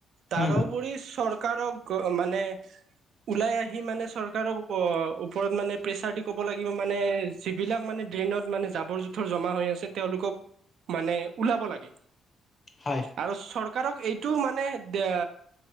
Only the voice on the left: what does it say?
হম উম
হায়।